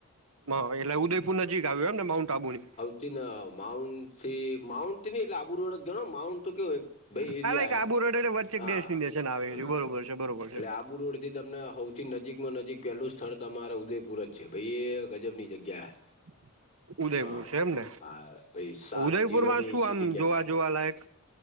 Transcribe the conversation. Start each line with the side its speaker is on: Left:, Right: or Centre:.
Right: મ એટલે ઉદયપુર નજીક આવ્યો એમ ને માઉન્ટ આબુ ની.
Left: થી ના માઉન્ટ થી માઉન્ટ થી ની એટલે આબુરોડે ગણો માઉન્ટ તો કેવો. ભાઈ એરિયા
Right: હા લાઈક
Left: હે
Right: આબુ રોડ એટલે વચ્ચે એક
Left: હા
Right: ડેસ્ટિનેશન
Left: હ
Right: આવે એ
Left: એટલે
Right: બરોબર છે બરોબર છે
Left: આબુ રોડ. થી તમને હૌથી નજીકમાં નજીક પહેલું સ્થળ તમારે ઉદયપુર જ છે ભાઈ એ ગજબ ની જગ્યા હે.
Right: <unintelligible> ઉદયપુર
Left: હા
Right: છે એમને
Left: હા ભાઈ સાત
Right: ઉદયપુર
Left: જિલ્લોની
Right: માં શું
Left: સિટી
Right: આમ
Left: કહેવાય
Right: જોવા જોવા લયક.